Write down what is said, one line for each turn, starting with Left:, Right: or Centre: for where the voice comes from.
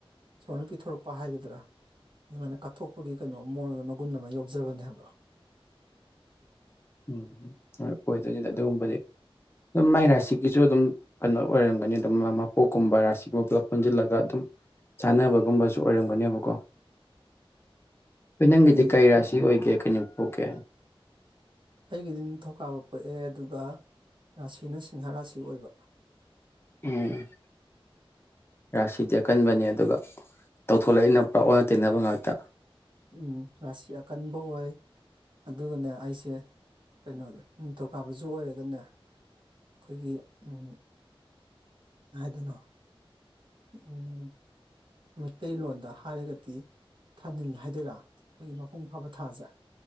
Right: ꯏꯁꯣꯔꯅ ꯄꯤꯊꯣꯔꯛꯄ ꯍꯥꯏꯒꯗ꯭ꯔꯥ ꯑꯗꯨꯃꯥꯏꯅ ꯀꯠꯊꯣꯛꯄꯒꯤ ꯀꯩꯅꯣ ꯃꯑꯣꯟꯗ ꯃꯒꯨꯟ ꯑꯃ ꯌꯥꯎꯖꯕꯅꯦꯕ
Left: ꯎꯝ ꯍꯣꯏ ꯑꯣꯏꯗꯣꯏꯅꯤꯗ ꯑꯗꯨꯒꯨꯝꯕꯗꯤ ꯑꯗꯨꯝ ꯃꯥꯏ ꯔꯥꯁꯤꯒꯤꯁꯨ ꯑꯗꯨꯝ ꯀꯩꯅꯣ ꯑꯣꯏꯔꯝꯒꯅꯤ ꯑꯗꯨꯝ ꯃꯄꯣꯛꯀꯨꯝꯕ ꯔꯥꯁꯤꯒꯨꯝꯕ ꯄꯨꯂꯞ ꯄꯨꯟꯁꯤꯜꯂꯒ ꯒꯥ ꯑꯗꯨꯝ ꯆꯥꯅꯕꯒꯨꯝꯕꯁꯨ ꯑꯣꯏꯔꯝꯒꯅꯦꯕꯀꯣ ꯍꯣꯏ ꯅꯪꯒꯤꯗꯤ
Right: ꯑꯗꯨꯅ
Left: ꯀꯔꯤ ꯔꯥꯁꯤ ꯑꯣꯏꯒꯦ ꯀꯩ ꯅꯨꯃꯤꯠ ꯄꯣꯛꯀꯦ
Right: ꯑꯩꯒꯤꯗꯤ ꯅꯤꯡꯊꯧꯀꯥꯕ ꯄꯣꯛꯑꯦ ꯑꯗꯨꯒ ꯔꯥꯁꯤꯅ ꯁꯤꯡꯍꯥ ꯔꯥꯁꯤ ꯑꯣꯏꯕ
Left: ꯎꯝ ꯔꯥꯁꯤꯗꯤ ꯑꯀꯟꯕꯅꯤ ꯑꯗꯨꯒ ꯇꯧꯊꯣꯂꯛꯏ ꯅ ꯄꯨꯔꯥ ꯑꯣꯏꯅ ꯇꯩꯅꯕ ꯉꯥꯛꯇ
Right: ꯎꯝ ꯔꯥꯁꯤ ꯑꯀꯟꯕ ꯑꯣꯏ ꯑꯗꯨꯒꯅꯦ ꯑꯩꯁꯦ ꯀꯩꯅꯣꯗ ꯅꯤꯡꯊꯧꯀꯥꯕꯁꯨ ꯑꯣꯏꯔꯒꯅꯦ ꯑꯩꯈꯣꯏꯒꯤ ꯎꯝ ꯍꯥꯏꯗꯣꯅꯣ ꯎꯝ ꯃꯩꯇꯩꯂꯣꯟꯗ ꯍꯥꯏꯔꯒꯗꯤ ꯊꯥꯅꯤꯜ ꯍꯥꯏꯗꯣꯏꯔꯥ ꯑꯩꯈꯣꯏꯒꯤ ꯃꯄꯨꯡ ꯐꯥꯕ ꯊꯥꯖ